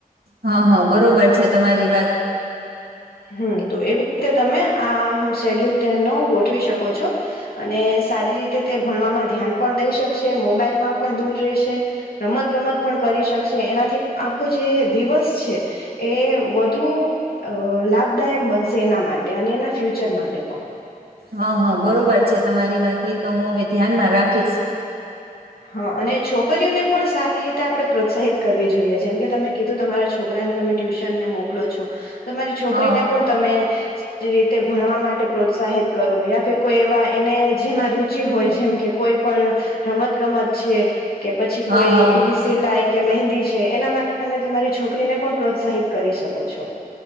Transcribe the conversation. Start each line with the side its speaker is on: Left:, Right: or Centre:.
Right: હા હા બરોબર છે, તમારી વાત.
Left: હમ્મ તો એવી રીતે તમે આમ શેડ્યુલ તેમનો ગોઠવી શકો છો. અને સારી રીતે તે ભણવામાં ધ્યાન પણ દઈ શકશે, મોબાઈલમાં પણ દૂર રહેશે, રમત ગમત પણ કરી શકશે, એનાથી આખો જે દિવસ છે એ વધુ અ લાભદાયક બનશે એના માટે અને એના ફ્યુચર માટે પણ.
Right: હા હા બરોબર છે, તમારી વાત તો હું હવે ધ્યાનમાં રાખીશ.
Left: હા અને છોકરીઓને પણ સારી રીતે આપણે પ્રોત્સાહિત કરવી જોઈએ જેમ કે તમે કીધું તમારા છોકરાને તમે ટ્યુશનને મોકલો છો તમારી છોકરીને
Right: હા
Left: પણ તમે <unintelligible> રીતે ભણવા માટે પ્રોત્સાહિત કરો યા ફ કોઈ એવા એને જેમાં રુચિ હોય જેમ કે કોઈ પણ રમત ગમ અછે કે પછી કોઈ
Right: હા હા
Left: એવી સિલાઈ કે મહેંદી છે એના માટે તમે તમારી છોકરીને પણ પ્રોત્સાહિત કરી શકો છો